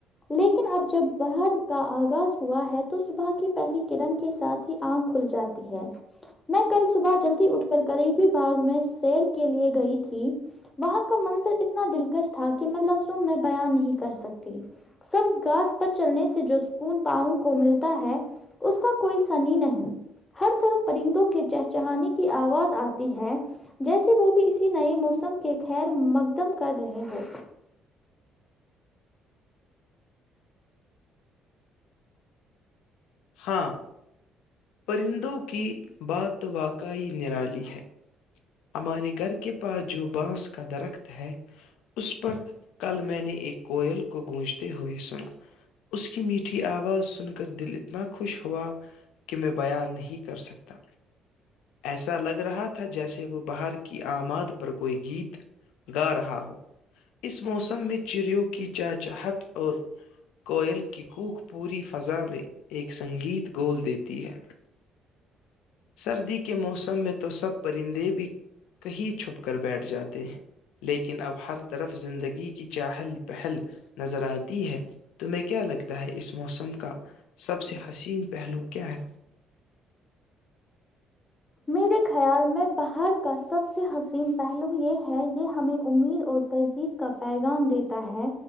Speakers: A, on the left; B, on the left.
A: لیکن اب جب باہر کا آغاز ہوا ہے تو صبح کی پہلی کرن کے ساتھ ہی آنکھ کھل جاتی ہے میں کل صبح جلدی اٹھ کر قریبی باغ میں شیر کے لیے گئی تھی وہاں کا منظر اتنا دلکش تھا کہ میں لفظم میں بیان نہیں کر سکتی سبز گاس پر چلنے سے جو سکون پاؤں کو ملتا ہے اس کا کوئی سنی نہیں ہر طرف پرندوں کے چہ چہانانی کی آواز آتی ہے جیسے وہ بھی اسی نئے موسم کے خیر مقدم کر رہے ہو
B: ہاں پرندوں کی بات واقعی نرالی ہے ہمارے گھر کے پاس جو بانس کا درخت ہے اس پر کل میں نے ایک کوئل کو گونجتے ہوئے سنا اس کی میٹھی آواز سن کر دل اتنا خوش ہوا کہ میں بیا نہیں کر سکتا ایسا لگ رہا تھا جیسے وہ باہر کی آماد پر کوئی گیت گا رہا ہو اس موسم میں چڑیوں کی چاچاہت اور کوئل کی کوک پوری فضا میں ایک سنگیت گول دیتی ہے سردی کے موسم میں تو سب پرندے بھی کہیں چھپ کر بیٹھ جاتے ہیں لیکن اب ہر طرف زندگی کی چہل پہل نظر آتی ہے تمہیں کیا لگتا ہے اس موسم کا سب سے حسین پہلو کیا ہے
A: میرے خیال میں باہر کا سب سے حسین پہلو یہ ہے یہ ہمیں امید اور تجدید کا پیغام دیتا ہے